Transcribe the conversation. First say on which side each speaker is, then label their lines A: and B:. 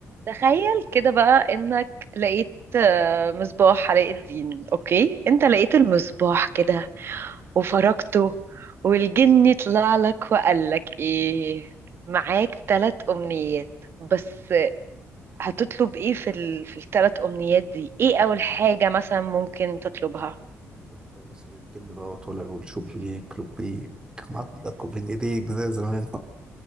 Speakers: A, on the right (about 50°); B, on the right (about 15°).
A: تخيل كده بقى انك لقيت آه، مصباح علاء الدين اوكي
B: يا
A: انت لقيت المصباح كده
B: مم.
A: وفركته والجن طلع لك وقال لك ايه معاك ثلاث امنيات بس هتطلب ايه في ال... في الثلاث امنيات دي ايه اول حاجة مثلا ممكن تطلبها
B: أنا بتخيل بس الجن بقى ولا والشوب بيك لوب بيك عضك وبين ايديك زي زمان